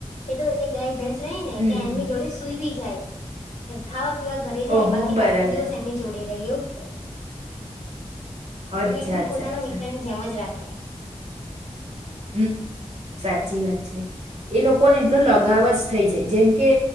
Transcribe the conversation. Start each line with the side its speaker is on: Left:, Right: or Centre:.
Left: એ તો એક ગાય ભેસ રેય ને
Right: હમ
Left: ત્યાં
Right: હમ.
Left: એમની જોડે સુૂઈ બી જાય. ખાવા પીવા ઘરે જાય
Right: ઓહો
Left: બાકી
Right: બરાબર
Left: તો આખો દિવસ એમની જોડે રહે એવું કે
Right: અચ્છા
Left: એટલે એકદમ
Right: અચ્છા
Left: પોતાના
Right: અચ્છા
Left: મિત્ર ની જેમ જ રાખે.
Right: હમમ સાચી વાત છે. એ લોકોને એટલો લગાવ જ થઈ જાય જેમ કે